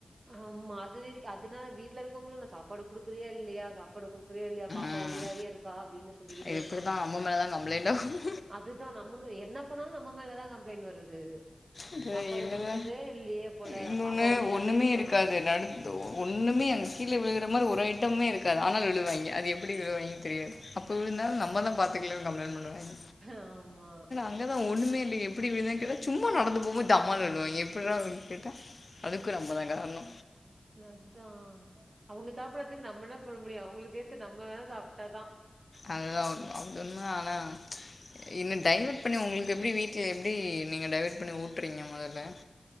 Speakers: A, on the right; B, on the left.
A: ஆமா அது வரைக்கு அதுனால வீட்ல இருக்கவங்களு இன்ன சாப்பாடு குடுக்குறியா இல்லயா சா ப்பாடு குடுக்றியா இல்லயா பாப்பா
B: ம்
A: ஒல்லியாவே இருக்கா அப்டின்னு சொல்லிக்கிட்டே
B: இது
A: இருப்பாங்க
B: இப்படி தான் அம்மா மேலே தான் கம்ப்ளைண்ட் ஆகும்
A: அதுதா நம்ம மே என்ன பண்ணாலு நம்ம மேலதா கம்ப்ளைண்ட் வருது
B: இது
A: சாப்பாடு
B: என்னங்க
A: குடுக்குறதே இல்லையே போல
B: இன்னொன்னு
A: பாப்பா ஒல்லியாவே
B: ஒன்னுமே
A: இருக்கா
B: இருக்காது நடு ஒன்னுமே அங்க கீழ விழுகுற மாரி ஒரு ஐட்டமுமே இருக்காது ஆனாலு விழுவாங்க அது எ ப்டி விழுவாய்ங்க தெரியாது அப்ப விழுந்தாலு நம்ம தா பாத்துக்கலன்னு கம்ப்ளைண்ட் பண்ணுவாங்க
A: ஆமா
B: அங்கதா ஒன்னுமே இல்லயே எப்டி விழுந்தங் கேட்டா சும்மா நடந்து போம் போது டமால்னு விழுவாய்ங்க எப்புறா விழு கேட்டா அதுக்கு நம்ப தா காரணோ
A: நத்தா அவுங்க சாப்டாததுக்கு நம்ம என்ன பண்ண முடியு அவுங்ளுக்கு சேத்து நம்ம வேணா சாப்ட்டாதா
B: அதுதா உண்ம அவ சொன்னா ஆனா என்ன டைவர்ட் பண்ணி உங்களுக்கு எப்டி வீ ட்ல எப்டி நீங்க டைவர்ட் பண்ணி ஊட்றீங்க மொதல்ல